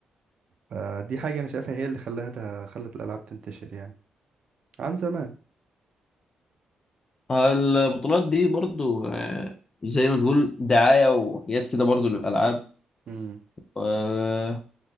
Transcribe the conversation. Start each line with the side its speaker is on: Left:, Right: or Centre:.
Right: فدي حاجة أنا شايفها هي اللي خلاها ت- خلت الألعاب تنتشر يعني عن زمان
Left: البطولات دي برضو آه، زي ما تقول دعاية وحاجات كده برضو للألعاب
Right: مم.
Left: آه،